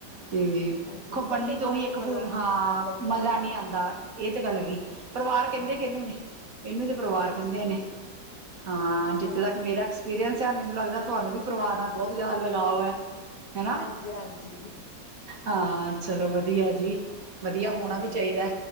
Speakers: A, on the right; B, on the left.
A: ਤੇ ਦੇਖੋ
B: ਹਾਂਜੀ, ਕੱਲੇ
A: ਬੰਨਨੀ
B: ਖਾਣ
A: ਤੋਂ ਉਹੀ
B: ਚ
A: ਇੱਕ
B: ਮਜ਼ਾ
A: ਫੁ
B: ਨਹੀਂ
A: ਹਾਂ
B: ਜਿੰਨਾ ਪਰਿਵਾਰ
A: ਮਜ਼ਾ
B: ਨਾਲ
A: ਨਹੀਂ ਆਉਂਦਾ ਇਹ ਤੇ ਗੱਲ ਹੈਗੀ ਪਰਿਵਾਰ ਕਹਿੰਦੇ
B: ਹਾਂਜੀ।
A: ਕਿਨੂੰ ਨੇ, ਇਹਨੂੰ ਈ ਤੇ ਪਰਿਵਾਰ
B: ਹਾਂਜੀ-ਹਾਂਜੀ,
A: ਕਹਿੰਦੇ ਨੇ। ਹਾਂ ਜਿੱਥੇ
B: ਹਾਂਜੀ,
A: ਤੱਕ ਮੇਰਾ ਐਕਸਪੀਰੀਅੰਸ ਹੈ ।ਮੈਨੂੰ ਲੱਗਦਾ ਤੁਹਾਨੂੰ ਵੀ ਪਰਿਵਾਰ ਨਾਲ ਬਹੁਤ ਜ਼ਿਆਦਾ ਲਗਾਓ ਹੈ। ਹੈਨਾ,
B: ਹਾਂਜੀ-ਹਾਂਜੀ,
A: ਹਾਂ ਚਲੋ ਵਧੀਆ ਜੀ ਵਧੀਆ ਹੋਣਾ
B: ਹਾਂਜੀ।
A: ਵੀ ਚਾਹੀਦਾ,